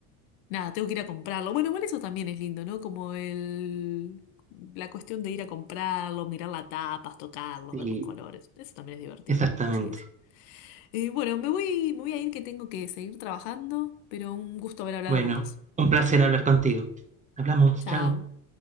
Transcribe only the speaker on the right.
Sí,
exactamente.
Bueno,
un placer hablar contigo. Hablamos,
chao.